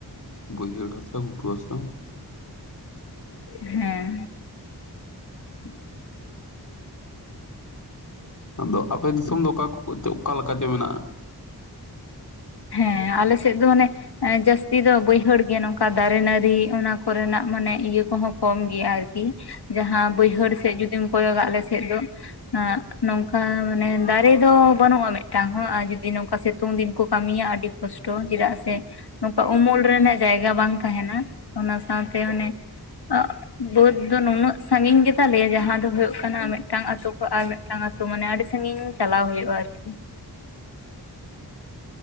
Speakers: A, on the left (about 50°); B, on the left (about 75°).
A: ᱵᱟᱹᱭᱦᱟᱹᱲ ᱦᱟᱥᱟ ᱜᱷᱩᱴᱩ ᱦᱟᱥᱟ᱾
B: ᱦᱮᱸ᱾
A: <inaudible> ᱟᱫᱚ ᱟᱯᱮ ᱫᱤᱥᱚᱢ ᱫᱚ ᱚᱠᱟ ᱚᱠᱟ ᱞᱮᱠᱟ ᱪᱚ ᱢᱮᱱᱟᱜᱼᱟ?
B: ᱦᱮᱸ ᱟᱞᱮ ᱥᱮᱜ ᱫᱚ ᱚᱱᱮ ᱮᱸ ᱡᱟᱹᱥᱛᱤ ᱫᱚ ᱵᱟᱹᱭᱦᱟᱹᱲ ᱜᱮ ᱱᱚᱝᱠᱟ ᱫᱟᱨᱮ ᱱᱟᱹᱲᱤ ᱚᱱᱟ ᱠᱚᱨᱮᱱᱟᱜ ᱢᱟᱱᱮ ᱤᱭᱟᱹ ᱠᱚᱦᱚᱸ ᱠᱚᱢ ᱜᱮᱭᱟ ᱟᱨᱠᱤ ᱡᱟᱦᱟᱸ ᱵᱟᱹᱭᱦᱟᱹᱲ ᱥᱮᱜ ᱡᱩᱫᱤᱢ ᱠᱚᱭᱚᱜᱟ ᱟᱞᱮ ᱥᱮᱜ ᱫᱚ ᱟᱸ ᱱᱚᱝᱠᱟ ᱢᱟᱱᱮ ᱫᱟᱨᱮ ᱫᱚ ᱵᱟᱹᱱᱩᱜᱼᱟ ᱢᱤᱫᱴᱟᱝ ᱦᱚᱸ ᱟᱨ ᱡᱩᱫᱤ ᱥᱤᱛᱩᱝ ᱫᱤᱱ ᱠᱚ ᱠᱟᱢᱤᱭᱟ, ᱟᱰᱤ ᱠᱚᱥᱴᱚ ᱪᱮᱫᱟᱜ ᱥᱮ ᱱᱚᱝᱠᱟ ᱩᱢᱩᱞ ᱨᱮᱱᱟᱜ ᱡᱟᱭᱜᱟ ᱵᱟᱝ ᱛᱟᱦᱮᱸᱱᱟ, ᱚᱱᱟ ᱥᱟᱶᱛᱮ ᱚᱱᱮ ᱟᱸ ᱵᱟᱹᱫᱽ ᱫᱚ ᱱᱩᱱᱟᱹᱜ ᱥᱟᱺᱜᱤᱧ ᱜᱮᱛᱟᱞᱮᱭᱟ ᱡᱟᱦᱟᱸ ᱫᱚ ᱦᱳᱭᱳᱜ ᱠᱟᱱᱟ ᱢᱤᱫᱴᱟᱝ ᱟᱛᱳ ᱠᱷᱚᱱ ᱟᱨ ᱢᱤᱫᱴᱟᱝ ᱟᱛᱳ ᱛᱚ ᱢᱟᱱᱮ ᱟᱰᱤ ᱥᱟᱺᱜᱤᱧ ᱪᱟᱞᱟᱣ ᱦᱩᱭᱩᱜᱼᱟ ᱟᱨᱠᱤ